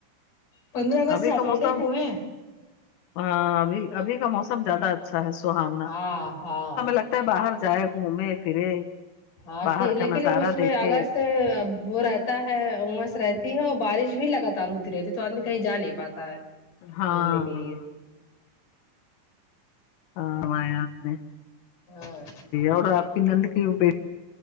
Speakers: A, on the left; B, on the left.
A: پندرہ اگست
B: ابھی
A: سیٹرڈے
B: کا موسم
A: کو ہے
B: ہاں ابھی ابھی کا موسم زیادہ اچھا ہے سہوانا
A: ہاں ہاں
B: لگتا ہے باہر جائے گھومے پھرے
A: ہاں
B: باہر
A: ٹھیک لیکن
B: کا نظارہ
A: اس میں
B: دیکھے
A: اگسٹ اب وہ رہتا ہے امس رہتی ہے اور بارش بھی لگاتار ہوتی رہتی ہے تو آدمی کہیں جا نہیں پاتا ہے
B: ہاں
A: گھومنے کے
B: ہاں
A: لیے
B: ہاں آپ نے
A: ہاں
B: اور اب <unintelligible> ایک نند کی وہ بے